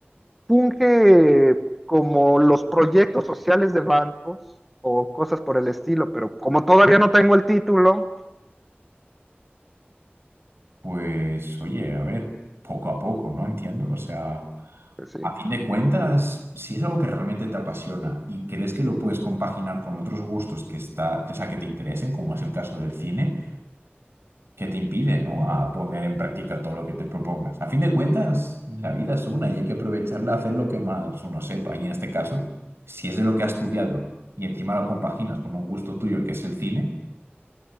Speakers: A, in the centre; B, on the right (about 80°).
A: funge como los proyectos sociales de bancos o cosas por el estilo, pero como todavía no tengo el título,
B: pues oye, a ver, poco a poco, ¿no? Entiendo. O sea,
A: pues sí,
B: a fin de cuentas, si es algo que realmente te apasiona y crees que lo puedes compaginar con otros gustos que está, o sea, que te interesen, como es el caso del cine. que te impide, ¿no? A poner en práctica todo lo que te propongas. A fin de cuentas, la vida es una y hay que aprovecharla a hacer lo que más uno sepa. Y en este caso, si es de lo que has estudiado y encima lo compaginas con un gusto tuyo que es el cine,